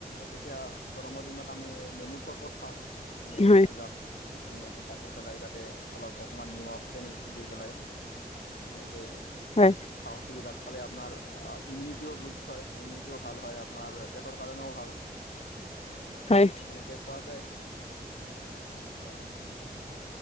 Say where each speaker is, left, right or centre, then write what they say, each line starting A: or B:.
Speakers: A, on the left; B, on the left.
A: এতিয়া গৰমৰ দিনত আমি নেমুৰ চৰবত খাওঁ, নেমুবিলাক
B: হয়
A: ধুনীয়াকে কাটি পেলাই তাতে অলপ অকমান নিমখ চেনি দি পেলাই এনেকে
B: হয়।
A: অ সেইবিলাক খালে আপ আপোনাৰ ইমিউনিটিও বুষ্ট হয়। ইমিউনিটিও ভাল হয় আপোনাৰ পেটৰ কাৰণেও ভাল।
B: হয়
A: আহ সেনেকে খোৱা যায়। হয় হয়